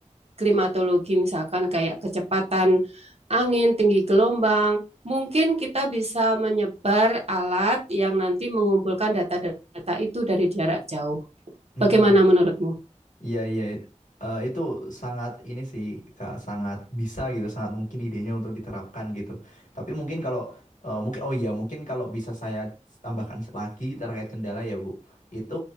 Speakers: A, on the right (about 55°); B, on the left (about 80°).
A: klimatologi, misalkan kayak kecepatan angin, tinggi gelombang. Mungkin kita bisa menyebar alat yang nanti mengumpulkan data-data itu dari jarak jauh.
B: Hmm.
A: Bagaimana menurutmu?
B: Iya iya Eh, itu sangat ini sih Kak sangat bisa gitu sangat mungkin idenya untuk diterapkan gitu. Tapi mungkin kalau eh, mungkin oh iya mungkin kalau bisa saya tambahkan lagi terkait kendala ya Bu. Itu